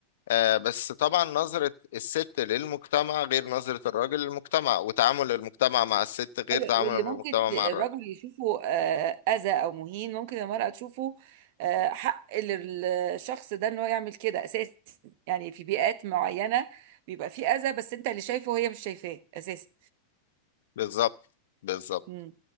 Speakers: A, on the left; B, on the right.
A: آه بس طبعا نظرة الست للمجتمع غير نظرة الراجل للمجتمع وتعامل المجتمع مع الست غير
B: ايوه
A: تعامل
B: واللي
A: المجتمع
B: ممكن
A: مع
B: الرجل
A: الراجل
B: يشوفه آه، اذى او مهين ممكن المرأة تشوفه آه، حق للشخص ده ان هو يعمل كده اساسا يعني في بيئات معينة بيبقى في اذى بس انت اللي شايفه وهي مش شايفاه اساسا
A: بالظبط بالظبط
B: مم.